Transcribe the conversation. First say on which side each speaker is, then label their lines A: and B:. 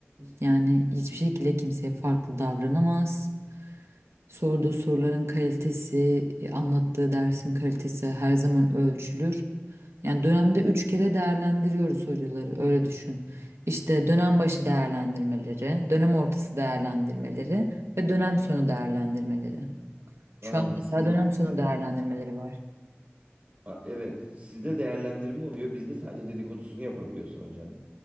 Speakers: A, on the right; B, on the right.
A: yani hiçbir şekilde kimseye farklı davranamaz. Sorduğu soruların kalitesi, anlattığı dersin kalitesi her zaman ölçülür. Yani dönemde üç kere değerlendiriyoruz hocaları, öyle düşün. İşte dönem başı değerlendirmeleri, dönem ortası değerlendirmeleri ve dönem sonu değerlendirmeleri. Şu
B: Aynen.
A: an
B: Sizde
A: mesela dönem sonu
B: sizde
A: değerlendirmeleri var.
B: A- evet sizde değerlendirme oluyor. Bizde sadece dedikodusunu yapabiliyorsun hocanın.